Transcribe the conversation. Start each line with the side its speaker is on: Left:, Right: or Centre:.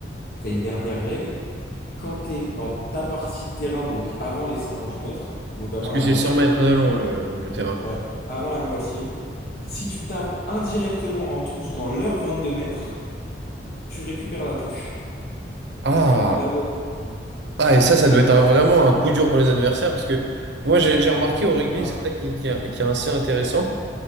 Left: tu as une dernière règle, quand tu es dans ta partie de terrain, donc avant les 50 mètres, donc avant
Right: Parce
Left: la
Right: que c'est
Left: moitié,
Right: 100 mètres de long le, le- le terrain.
Left: ouais, avant la moitié, si tu tapes indirectement en touche dans l'heure 22 mètres, tu récupères la touche.
Right: Ah.
Left: Là où elle est.
Right: Ah, et ça, ça doit être un- vraiment un coup dur pour les adversaires parce que moi, j'ai j'ai remarqué au rugby,
Left: Là,
Right: c'est ça qui, qui est, qui est assez intéressant.